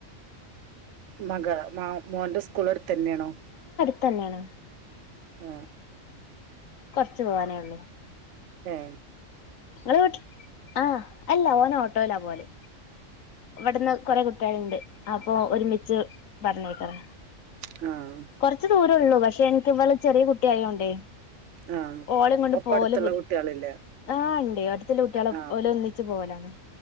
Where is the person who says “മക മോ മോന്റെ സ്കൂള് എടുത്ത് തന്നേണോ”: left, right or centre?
Right